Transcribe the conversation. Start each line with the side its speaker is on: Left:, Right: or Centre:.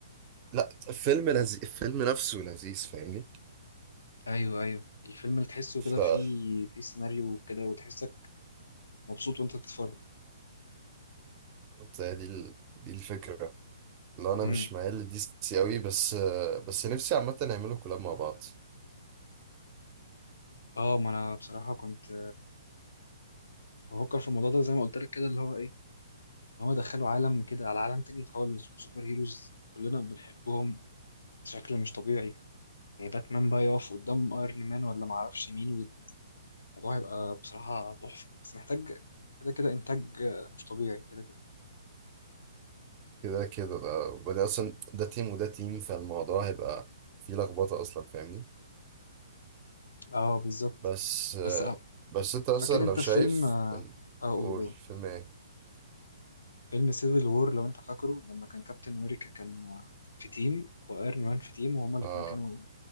Right: لا الفيلم لذيذ الفيلم نفسه لذيذ فاهمني
Left: ايوه ايوه الفيلم اللي تحسه
Right: فبالظبط
Left: كده فيه فيه سيناريو كده وتحسك مبسوط وانت بتتفرج
Right: هي دي ال... دي الفكرة لو انا
Left: امم
Right: مش مايل لدي سي قوي بس آه بس نفسي عامة يعملوا كولاب مع بعض
Left: اه ما انا بصراحة كنت بفكر في الموضوع ده زي ما قلت لك كده اللي هو ايه ان هو دخله عالم كده على عالم تاني خالص وسوبر هيروز كلنا بنحبهم بشكل مش طبيعي يعني باتمان بقى يقف قدام ايرون مان ولا معرفش مين الموضوع هيبقى بصراحة تحفة بس محتاج كده كده إنتاج آه، مش طبيعي كده كده
Right: كده كده ده وبعدين اصلا ده تيم وده تيم فالموضوع هيبقى فيه لخبطة اصلا فاهمني
Left: اه بالظبط
Right: بس آه،
Left: بس آه،
Right: بس انت مثلا
Left: فاكر أنت
Right: لو شايف
Left: فيلم آه
Right: إن-
Left: آه، قول
Right: قول
Left: قول
Right: فيلم ايه
Left: فيلم سيفل وور لو أنت فاكره لما كان كابتن أمريكا كان آه، في تيم وأيرون مان في تيم وهما الاتنين
Right: اه
Left: كانوا